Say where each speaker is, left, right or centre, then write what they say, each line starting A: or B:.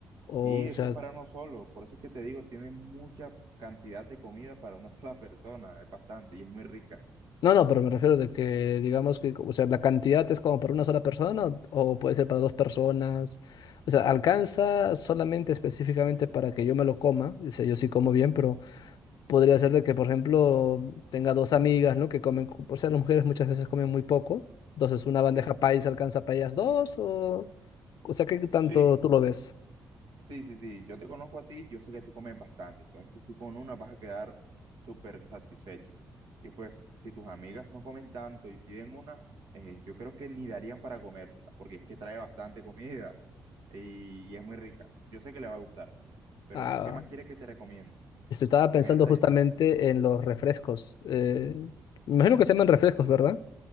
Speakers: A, on the left; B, on the right.
A: o,
B: Sí,
A: o
B: eso
A: sea,
B: es para uno solo, por eso es que te digo, tiene mucha cantidad de comida para una sola persona, es bastante y es muy rica.
A: no, no, pero me refiero de que digamos que, o sea, la cantidad es como para una sola persona o, o puede ser para dos personas. O sea, alcanza solamente específicamente para que yo me lo coma. O sea, yo sí como bien, pero Podría ser de que, por ejemplo, tenga dos amigas, ¿no? Que comen, cu- o sea, las mujeres muchas veces comen muy poco. Entonces, una
B: Sí.
A: bandeja paisa alcanza para ellas dos, o, o sea, ¿qué tanto
B: Sí,
A: tú lo ves?
B: Sí, sí, sí, yo te conozco a ti, yo sé que tú comes bastante, entonces tú con una vas a quedar súper satisfecho. Y pues si tus amigas no comen tanto y piden una, eh, yo creo que ni darían para comérsela, porque es que trae bastante comida y, y es muy rica. Yo sé que le va a gustar, pero
A: Ah,
B: ¿qué más quieres que te recomiende?
A: este, estaba
B: Comida
A: pensando
B: tra...
A: justamente en los refrescos. eh, me imagino que se llaman refrescos, ¿verdad?